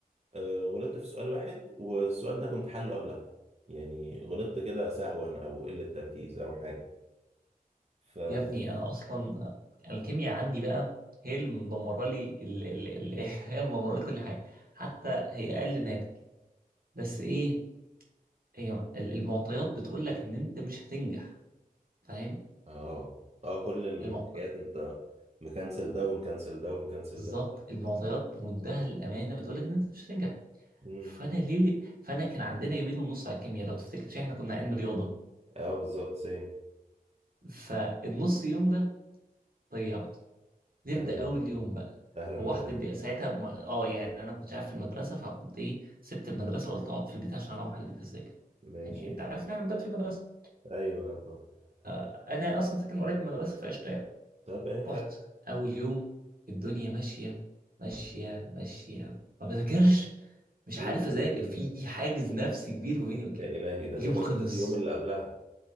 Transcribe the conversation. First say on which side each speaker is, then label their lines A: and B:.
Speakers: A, on the right; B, on the right.
A: آه، غلطت في سؤال واحد والسؤال ده كنت حله قبلها يعني غلطت كده سهوا او قله تركيز او حاجه ف
B: يا ابني انا اصلا آه، الكيمياء عندي بقى هي اللي مدمره لي ال... ال... ال... <laughs> هي اللي مدمره لي كل حاجه حتى هي اقل ناتج بس ايه هي ال- المعطيات بتقول لك ان انت مش هتنجح فاهم
A: اه اه كل الحاجات
B: المعطيات
A: انت مكنسل ده ومكنسل ده ومكنسل
B: بالظبط
A: ده
B: المعطيات بمنتهى الامانه بتقول لك ان انت مش هتنجح
A: امم
B: فانا ليه ليه- فانا كان عندنا يومين ونص على الكيمياء لو تفتكر شيء احنا كنا علم رياضه
A: اه بالظبط سيم
B: فالنص يوم ده ضيعته نبدا
A: اهلا وسهلا
B: اول يوم بقى
A: اهلا
B: روحت
A: وسهلا
B: البيت ساعتها ما- اه يعني انا كنت عارف في المدرسه فقمت ايه سبت المدرسه وقلت اقعد في البيت عشان اروح البيت اذاكر
A: ماشي
B: يعني انت عارف ان احنا بنبات في المدرسه
A: ايوه
B: انا اصلا ساكن قريب من المدرسه فقشطه يعني
A: طب ايه حلو
B: رحت اول يوم الدنيا ماشيه ماشيه ماشيه ما بذاكرش مش
A: اوه
B: عارف اذاكر في حاجز نفسي كبير ما بيني وكده
A: يا الهي ده
B: اليوم
A: غير
B: خلص
A: النص يوم اللي قبلها